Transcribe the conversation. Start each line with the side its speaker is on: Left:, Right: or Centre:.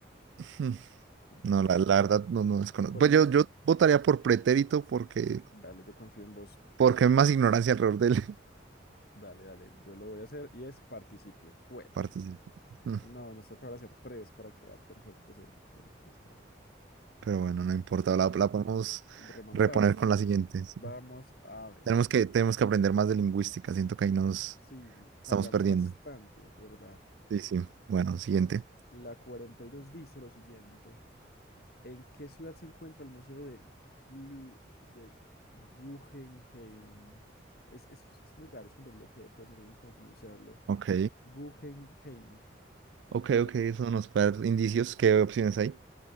Right: Hmm,
Left: complicado.
Right: No, la, la verdad no, no desconozco.
Left: Ponemos.
Right: Pues yo, yo votaría por pretérito porque,
Left: Dale, yo confío en vos plenamente.
Right: porque hay más ignorancia alrededor del <laughs>
Left: Dale, dale. Yo lo voy a hacer y es participio. Fue,
Right: participio. Hmm,
Left: No, nos toca ahora hacer tres para quedar perfectos en, en tres cuartos.
Right: Pero bueno, no importa,
Left: Ok,
Right: la, la podemos
Left: remontar.
Right: reponer con la siguiente. sí.
Left: Vamos a ver.
Right: Tenemos que, tenemos que aprender más de lingüística, siento que ahí nos
Left: Sí, fallamos
Right: estamos perdiendo.
Left: bastante, es verdad.
Right: Sí, sí. Bueno,
Left: Bueno,
Right: siguiente.
Left: la 42 dice lo siguiente. ¿En qué ciudad se encuentra el Museo de Glu- de Guggenheim? Es, es, es muy raro, es con doble G, entonces no sé bien cómo pronunciarlo.
Right: Ok,
Left: Guggenheim.
Right: ok,
Left: Es otra
Right: ok,
Left: opción.
Right: eso nos puede dar indicios. ¿Qué opciones hay?